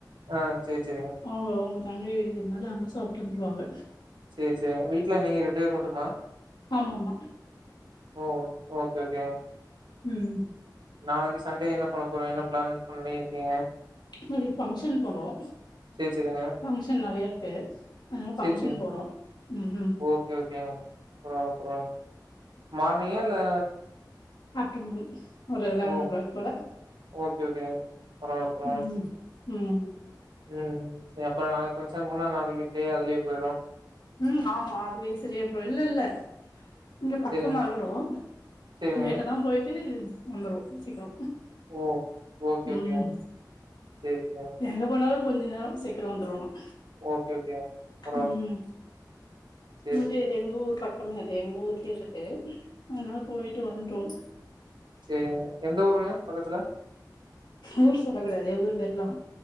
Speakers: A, on the right (about 85°); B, on the left (about 80°).
A: ஆ சேரி சேரிங்க
B: அவுங்க அவங்க தங்கை வீடு இருக்கறதுனாலே அங்க சாப்பிட்டு வந்துருவாங்க
A: சேரி சேரிங்க வீட்டுல நீங்க ரெண்டு பேரும் மட்டும்மா
B: ஆமா ஆமா
A: ஓ ஓ ஓகே ஓகே
B: ம்
A: நாளைக்கு சண்டே என்ன பண்ண போறிங் என்ன பிளான் பண்ணியிருக்கீங்க
B: நாளைக்கு பங்க்ஷன் போறோம்
A: சேரி சேரிங்க.
B: பங்க்ஷன் நெறைய இருக்கு அதுனால
A: சேரி
B: பங்க்ஷன்
A: சேரி.
B: போறோம் உம் ம்
A: ஓகே ஓகேங்க பரவாயில்ல பரவாயில்ல மார்னிங்கா இல்லே
B: ஆஃப்டநூன் ஒரு லெவன்
A: ஓ
B: னோ கிளாக் போல
A: ஓகே ஓகேங்க. பரவால்ல பரவால்ல.
B: ம் ம்
A: ம் சேரி அப்றோ நாளைக்கு ஃபங்க்ஷன் பேன்னா நாளைக்கு டே அதுலயே போயிரும்
B: ம் ஆமா அதுவே சரியாபோவும் இல்ல இல்ல இங்கே பக்கந்தான்
A: சரிங்க
B: இருக்கிறோம்
A: சரிங்க.
B: லோட்ட தான் போயிட்டு வந்துருவோம் சீக்கிரோ
A: ஓ ஓகே
B: ம்
A: ஓகேங் சேரிங்க
B: எங்க போனாலும் கொஞ்ச நேரம் சீக்கிரம் வந்துடுணும்
A: ஓகே ஓகேங்க பரவால்ல.
B: ம்
A: சேரி
B: மு இது
A: சேரிங்க.
B: எங்க ஊர் பக்கமே அது எங்க ஊர்லயே இருக்குது அதனால போயிட்டு வந்துருவோம்
A: செ எந்த ஊருங்க பக்கத்துல
B: ஊர் சொல்ல கூடாது எங்க ஊர் பெர்ல்லா